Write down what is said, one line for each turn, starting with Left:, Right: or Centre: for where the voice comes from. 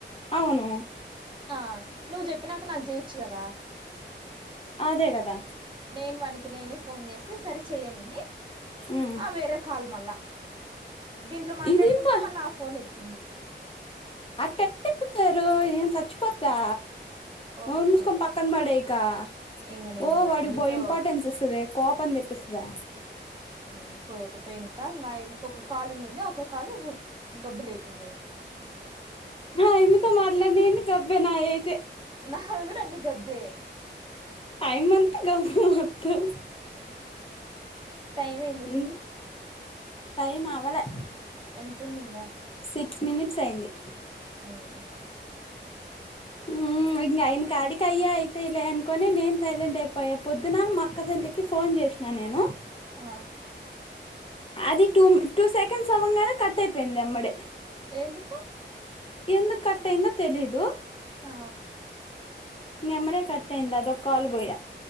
Left: అవును
Right: ఆ నువ్వు జెప్పినాక నాకు జేయొచ్చు గదా
Left: అదే గదా
Right: నేను వన్ కి నేనే ఫోన్ జేస్తే సరే చెయ్యనింది
Left: ఉమ్
Right: ఆ వేరే కాల్ మళ్ళా దీంట్లో మాట్లాడుకుంటే
Left: ఇదింప
Right: మళ్ళా ఆ ఫోన్ ఎ త్తింది
Left: అ టెట్ట ఇప్పుతరు ఏమ్ సచ్చిపోద్దా
Right: పోగొట్టింది
Left: నోర్ ముస్కొని పక్కన బడేకా
Right: ఇంగ నేను
Left: ఓ
Right: ఇంగ
Left: వాడికి
Right: యమ్మితో
Left: బో ఇంపార్టెన్స్ ఇస్తదే కోపం దెప్పిస్తదే
Right: మ్ పోతే పోయిందిపో ఒక కాలు ఉండింది ఒ ఒక కాలు గబ్బు లేపింది
Left: ఆ అమ్మితో మాట్లాడిని అన్ని నకబ్బే నా అయితే
Right: నావి కూడా అన్ని గబ్బే
Left: ఐమంత గబ్బు మొత్తం
Right: టైం అయింద
Left: ఇం
Right: చూడు
Left: టైం అవలే
Right: ఎంతుంది ఇంగా
Left: సిక్స్ మినిట్స్ అయింది
Right: మ్
Left: మ్ ఇంగ ఆయిన కాడికి అయ్యా అయితేలే అనుకొని నేను సైలెంట్ అయిపోయా పొద్దున మా అక్క ఇకి ఫోన్ చేసినా నేను
Right: ఆ
Left: అది టూ టూ సెకండ్స్ అవ్వగానే కట్ అయిపోయింది ఎమ్మడే
Right: ఎందుకు
Left: ఎందు కట్టయింద తెలీదు
Right: ఆ
Left: ఎమ్మటే కట్టయింద అదొ కల్ బొయ్య